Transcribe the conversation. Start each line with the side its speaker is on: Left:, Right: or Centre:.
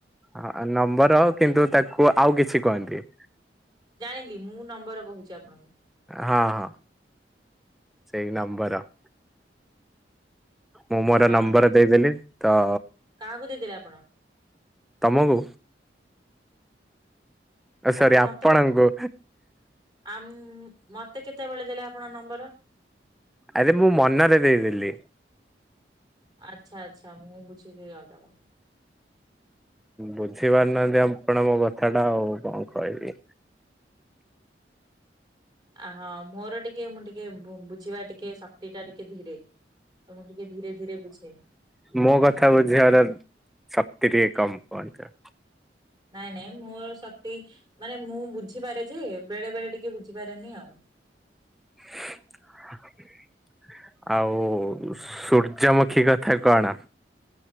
Centre: ହଁ ନମ୍ବର କିନ୍ତୁ ତାକୁ ଆଉ କିଛି କୁହନ୍ତି
Right: ଜାଣିଲି ମୁଁ ନମ୍ବର କହୁଛି ଆପଣଙ୍କୁ
Centre: ହଁ ସେଇ ନମ୍ବର। ମୁଁ ମୋର
Right: ହଁ
Centre: ନମ୍ବର
Right: ସେ
Centre: ଦେଇଦେଲି ତ
Right: କାହାକୁ ଦେଇଦେଲେ ଆପଣ?
Centre: ତମକୁ। ଓ ସରି
Right: ଆପଣ
Centre: ଆପଣଙ୍କୁ।
Right: ମତେ କେ ଆମ୍ ମତେ କେତେବେଳେ ଦେଲେ ଆପଣଙ୍କ ନମ୍ବର?
Centre: ଆରେ ମୁଁ ମନରେ ଦେଇଦେଲି।
Right: ଆଚ୍ଛା ଆଚ୍ଛା ମୁଁ ବୁଝିଲି ଅଲଗା।
Centre: ବୁଝି ପାରୁନାହାନ୍ତି ଆପଣ ମୋ କଥାଟା ଆଉ କଣ କହିବି।
Right: ଆ ହଁ ମୋର ଟିକେ ମୁଁ ଟିକେ ବୁଝିବା ଟିକେ ଶକ୍ତିଟା ଟିକେ ଧୀରେ। ତ ମୁଁ ଟିକେ ଧୀରେ ଧୀରେ ବୁଝେ।
Centre: ମୋ କଥା ବୁଝିବାର ଶକ୍ତି ଟିକେ କମ୍ ପହଁଞ୍ଚ
Right: ନାଇଁ ନାଇଁ ମୋର ଶକ୍ତି ମାନେ ମୁଁ ବୁଝିପାରେ ଯେ ବେଳେ ବେଳେ ଟିକେ ବୁଝିପାରେନି ଆଉ।
Centre: <inaudible> ଆଉ ସୂର୍ଯ୍ୟମୁଖୀ କଥା କଣ?